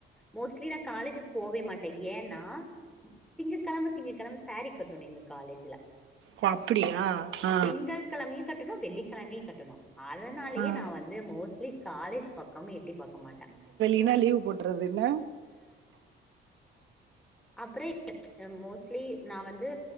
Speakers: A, in the centre; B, on the right.
A: மோஸ்ட்லி நா காலேஜுக்கு போவே மாட்டே ஏன்னா திங்க கெழம திங்க கெழம சாரீ கட்டணு எங்க காலேஜ்ல
B: ஓ அப்டியா ஆ
A: திங்க்கிழமையும் கட்டணும் வெள்ளிக்கிழமையும் கட்டணும் அதனாலேயே
B: ஆ
A: நான் வந்து மோஸ்ட்லி காலேஜ் பக்கம் எட்டி பாக்க மாட்ட
B: என்ன லீவ் போட்றது என்ன
A: அப்புறம் மோஸ்ட்லி நான் வந்து